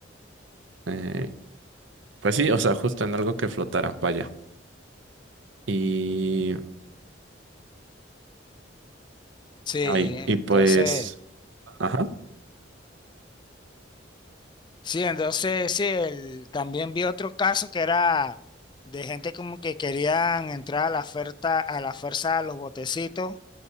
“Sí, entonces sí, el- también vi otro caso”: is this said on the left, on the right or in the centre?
Left